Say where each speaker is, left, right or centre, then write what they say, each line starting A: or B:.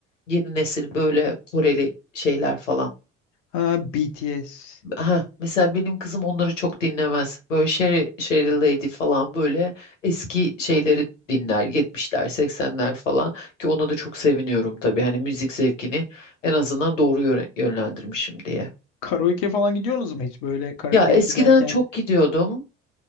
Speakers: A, on the left (about 75°); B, on the left (about 60°).
A: yeni nesil böyle Koreli şeyler falan
B: Ha BTS.
A: Aha, mesela benim kızım onları çok dinlemez. Böyle Sher Sheryl Lady falan böyle eski şeyleri dinler. yetmişler, seksenler falan ki ona da çok seviniyorum tabii. Hani müzik zevkini en azından doğru yöne- yönlendirmişim diye.
B: Karaoke falan gidiyorsunuz mu hiç? Böyle karaoke'ye
A: Ya eskiden
B: giderken
A: çok gidiyordum.